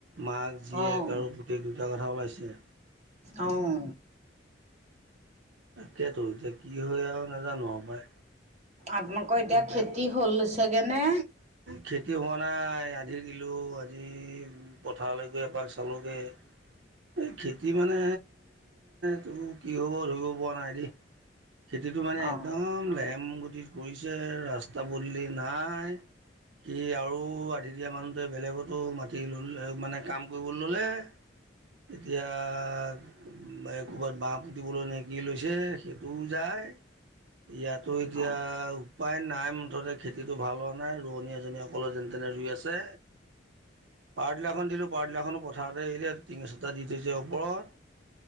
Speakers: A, on the right; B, on the right.
A: মাক জীয়েক
B: অঁ
A: আৰু পুতেক দুটা কথা ওলাইছে।
B: অঁ
A: তাকেতো, এতিয়া কি হয় আৰু নাজানো পাই।
B: আপোনালোকৰ, এতিয়া
A: বহুত বেয়া
B: খেতি
A: বস্তু
B: হ'ল চাগৈনে
A: খেতি হোৱা নাই, আধি দিলো আজি পথাৰলৈ গৈ এপাক চালোঁগে এই খেতি মানে? তো কি হ'ব ধৰিব পৰা নাই দেই। খেতিটো মানে
B: অঁ
A: একদম লেহেম গতিত কৰিছে, ৰাস্তা পদূলি নাই সি আৰু, আধি দিয়া মানুহটোৱে বেলেগতো মাতি ল মানে কাম কৰিবলৈ ললে এতিয়া? ক'ৰবাত বাঁহ পুতিবলৈ, নে কি লৈছে সেইটোও যায় ইয়াতো এতিয়া,
B: অঁ
A: উপায় নাই মুঠতে খেতিটো ভাল হওক। নাই, ৰোৱনী এজনী অকলে যেনে- তেনে ৰুই আছে পাৰতিলাখন দিলোঁ পাৰটিলাখনো পথাৰতে এৰিলে। টিঙছটা দি থৈছে ওপৰত